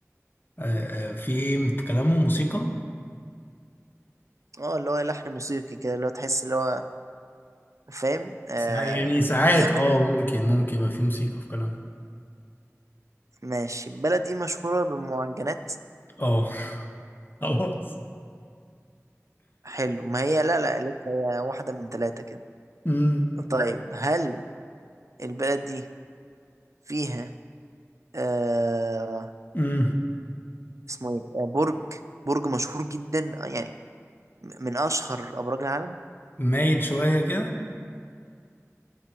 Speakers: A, on the left; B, on the right.
A: آه، آه، في ايه في كلامه موسيقى
B: اه اللي هو لحن موسيقي كده اللي هو تحس اللي هو فاهم؟ آه
A: ساع- يعني ساعات
B: يعني
A: اه ممكن ممكن ما في موسيقى في كلامه
B: ماشي البلد دي مشهورة بالمعجنات؟
A: اه <laughs> خلاص
B: حلو ما هي لا لا لسه هي واحدة من ثلاثة كده
A: امم
B: طيب هل البلد دي فيها آه
A: امم
B: اسمه ايه آه، برج برج مشهور جدا آه، يعني م- من اشهر ابراج العالم
A: مايل شوية كده